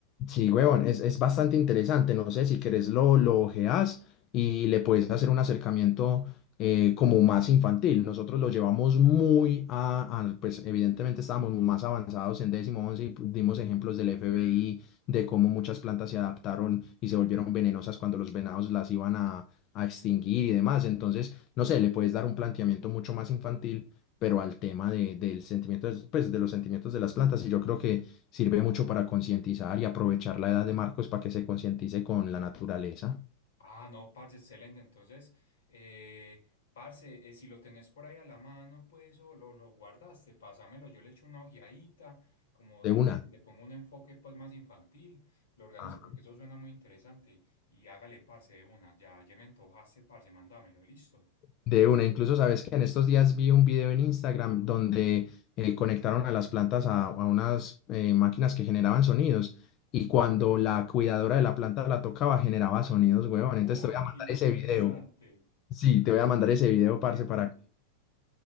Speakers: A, on the left; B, on the left.
A: Sí,
B: interesante.
A: huevón, es, es bastante interesante. No sé si querés lo, lo ojeás y le puedes hacer un acercamiento eh, como más infantil. Nosotros lo llevamos muy a, a- pues evidentemente estábamos más avanzados en décimo once y dimos ejemplos del FBI, de cómo muchas plantas se adaptaron y se volvieron venenosas cuando los venados las iban a, a extinguir y demás. Entonces, no sé, le puedes dar un planteamiento mucho más infantil, pero al tema de, del sentimiento, pues de los sentimientos de las plantas. Y yo creo que Sirve mucho para concientizar y aprovechar la edad de Marcos para que se concientice con la naturaleza.
B: Ah, no, parce, excelente. Entonces, eh, parce, eh, si lo tenés por ahí a la mano, pues, o lo, lo guardaste, pásamelo. Yo le echo una ojeadita y como vos
A: De
B: decís,
A: una.
B: le pongo un enfoque, pues, más infantil. Lo organizo
A: Ajá.
B: porque eso suena muy interesante. Y hágale, parce, de una. Ya, ya me antojaste, parce, mándamelo. Listo.
A: De una. Incluso sabes que en estos días vi un video en Instagram donde eh, conectaron a las plantas a, a unas eh, máquinas que generaban sonidos. Y cuando la cuidadora de la planta la tocaba, generaba sonidos, huevón.
B: Uy,
A: Entonces te voy a
B: qué
A: mandar
B: interesante.
A: ese video. Sí, te voy a mandar ese video, parce,
B: De
A: para
B: una.
A: que.